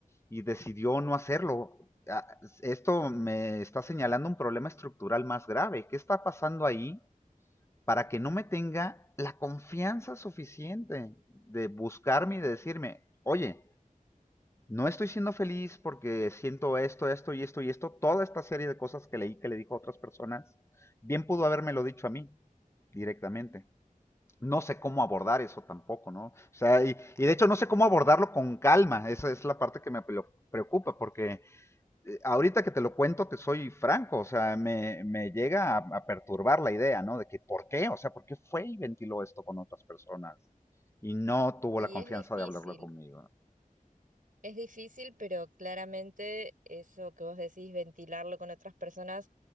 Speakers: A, on the left; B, on the right.
A: y decidió no hacerlo. Ah, Esto me está señalando un problema estructural más grave. ¿Qué está pasando ahí para que no me tenga la confianza suficiente de buscarme y de decirme, oye, no estoy siendo feliz porque siento esto, esto y esto y esto, toda esta serie de cosas que leí que le dijo a otras personas, bien pudo habérmelo dicho a mí directamente. No sé cómo abordar eso tampoco, ¿no? O sea, y, y de hecho no sé cómo abordarlo con calma, esa es la parte que me preocupa, porque Ahorita que te lo cuento, te soy franco, o sea, me, me llega a, a perturbar la idea, ¿no? De que, ¿por qué? O sea, ¿por qué fue y ventiló esto con otras personas? Y no tuvo
B: Y
A: la confianza
B: es difícil,
A: de hablarlo conmigo.
B: es difícil, pero claramente eso que vos decís, ventilarlo con otras personas,